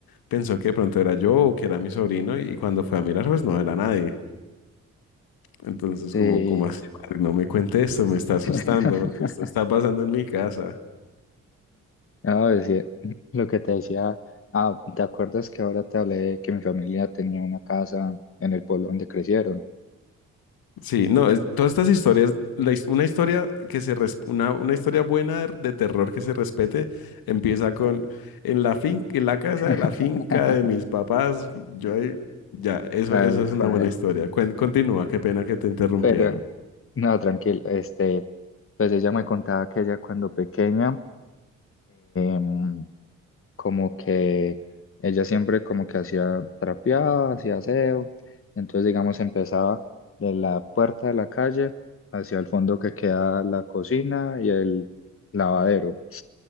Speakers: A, on the left; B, on the left.
A: pensó que de pronto era yo o que era mi sobrino y cuando fue a mirar pues no era nadie. Entonces
B: Sí.
A: como, como así, madre, no me cuente esto, me está asustando
B: <laughs>
A: porque esto está pasando en mi casa.
B: No, es que lo que te decía, ah, ¿te acuerdas que ahora te hablé de que mi familia tenía una casa en el pueblo donde crecieron?
A: Sí, no, es- todas estas historias, la his- una historia que se res- una, una historia buena de, de terror que se respete empieza con en la fin, en la casa
B: <laughs>
A: de la finca de mis papás, yo ahí, ya, eso,
B: Tal
A: eso es
B: cual.
A: una buena historia. Cuen- continúa, qué pena que te interrumpí
B: Pero,
A: ahí.
B: no, tranquilo, este, pues ella me contaba que ella cuando pequeña, em, como que ella siempre como que hacía trapeaba, hacía aseo, entonces digamos empezaba de la puerta de la calle hacia el fondo que queda la cocina y el lavadero.